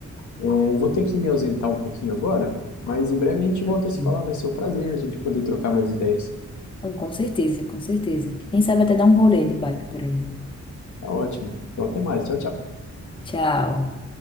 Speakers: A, on the left (about 80°); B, on the left (about 15°).
A: É, eu vou ter que me ausentar um pouquinho agora, mas em breve a gente volta
B: Ok.
A: a se falar. Vai ser um prazer a gente poder trocar mais ideias.
B: Ah, Com certeza, com certeza. Quem sabe até dar um rolê de bike por aí.
A: Tá ótimo. Então até mais. Tchau, tchau.
B: Tchau.